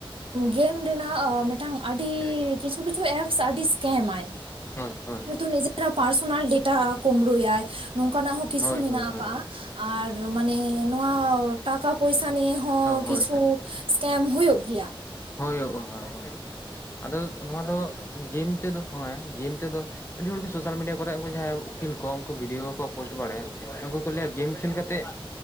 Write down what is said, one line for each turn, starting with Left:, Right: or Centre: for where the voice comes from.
Right: ᱜᱮᱢ ᱨᱮᱱᱟᱜ ᱢᱤᱫᱴᱟᱝ ᱟᱹᱰᱤ
Left: <inaudible>
Right: ᱠᱤᱪᱷᱩ ᱠᱤᱪᱷᱩ ᱮᱯᱥ ᱟᱹᱰᱤ ᱥᱠᱮᱢ ᱟᱭ᱾
Left: ᱦᱳᱭ ᱦᱳᱭ
Right: ᱦᱚᱭ ᱛᱚ ᱱᱤᱡᱮᱨᱟᱜ ᱯᱟᱨᱥᱳᱱᱟᱞ ᱰᱮᱴᱟ ᱠᱩᱢᱲᱩᱭᱟᱭ, ᱱᱚᱝᱠᱟᱱᱟᱜ ᱦᱚᱸ ᱠᱤᱪᱷᱩ
Left: ᱦᱳᱭ ᱦᱳᱭ
Right: ᱢᱮᱱᱟᱜ
Left: ᱦᱳᱭ
Right: ᱟᱠᱟᱜᱼᱟ
Left: ᱦᱳᱭ
Right: ᱾ᱟᱨ ᱢᱟᱱᱮ ᱱᱚᱣᱟ ᱴᱟᱠᱟ ᱯᱚᱭᱥᱟ ᱱᱤᱭᱮ ᱦᱚᱸ
Left: ᱦᱳᱭ
Right: ᱠᱤᱪᱷᱩ
Left: ᱦᱳᱭ ᱦᱳᱭ
Right: ᱥᱠᱮᱢ ᱦᱩᱭᱩᱜ ᱜᱮᱭᱟ ᱾
Left: ᱦᱳᱭᱳᱜᱼᱟ ᱦᱳᱭ ᱦᱳᱭ ᱟᱫᱚ ᱱᱚᱣᱟ ᱫᱚ ᱜᱮᱢ ᱛᱮᱫᱚ ᱦᱚᱸᱭ ᱜᱮᱢ ᱛᱮᱫᱚ ᱟᱹᱰᱤ ᱦᱚᱲᱜᱮ ᱥᱳᱥᱟᱞ ᱢᱤᱰᱤᱭᱟ ᱠᱚᱨᱮ, ᱩᱱᱠᱩ ᱡᱟᱦᱟᱸᱭ ᱩᱠᱤᱞ ᱠᱚ ᱩᱱᱠᱩ ᱵᱷᱤᱰᱭᱳ ᱠᱚ ᱯᱳᱥᱴ ᱵᱟᱲᱟᱭᱟ ᱾ ᱩᱱᱠᱩ ᱠᱚ ᱞᱟᱹᱭᱟ ᱜᱮᱢ ᱠᱷᱮᱞ ᱠᱟᱛᱮᱫ,